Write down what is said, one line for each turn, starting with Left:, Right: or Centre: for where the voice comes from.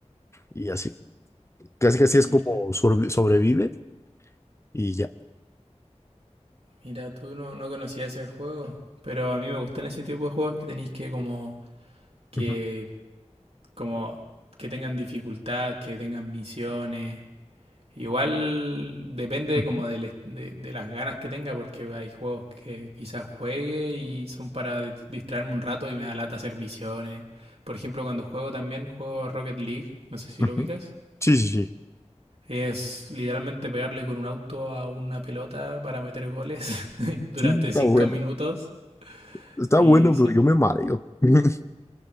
Left: y así. Casi casi
Right: Mira,
Left: es como sorbi- sobrevive y ya.
Right: mira, tú no, no conocías ese juego. Pero a mí me gustan ese tipo de juegos que tenéis que como... Que,
Left: Ujú,
Right: como que tengan dificultad, que tengan misiones. Igual depende
Left: ujú,
Right: como del- de, de las ganas que tenga, porque hay juegos que quizás juegue y son para distraerme un rato y me da lata hacer misiones. Por ejemplo, cuando juego también, juego Rocket League, no sé si
Left: ujú.
Right: lo ubicas.
Left: Sí, sí, sí.
Right: Es literalmente pegarle con un auto a una pelota para meter goles <laughs> durante
Left: Sí, está
Right: cinco
Left: bueno.
Right: minutos.
Left: Está
Right: Y
Left: bueno,
Right: sí.
Left: pero yo me mareo. <laughs>